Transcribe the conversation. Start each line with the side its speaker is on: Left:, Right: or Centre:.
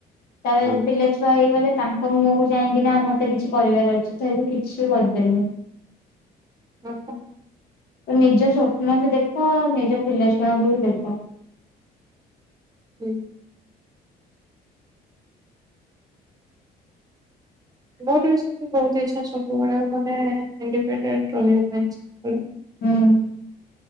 Left: ତାପ
Right: ଆଉ
Left: ପିଲା ଛୁଆ ହେଇଗଲେ ତାଙ୍କ ତ ମୁହଁକୁ ଚାଇଁକି ନା ମତେ କିଛି କରିବାର ଅଛି ତ ଏବେ କିଛି ବି କରିପାରିବିନି।
Right: ହୁଁ ହୁଁ।
Left: ତ ନିଜ ସ୍ୱପ୍ନ ବି ଦେଖ ନିଜ ପିଲାଛୁଆଙ୍କୁ ବି ଦେଖ।
Right: ହୁଁ। ମୋର ବି ସେମିତି ବହୁତ ଇଚ୍ଛା ସବୁବେଳେ ମାନେ ଇଣ୍ଡିପେଣ୍ଡେଣ୍ଟ ରହିବା ପାଇଁ ଚାହେଁ।
Left: ହୁଁ।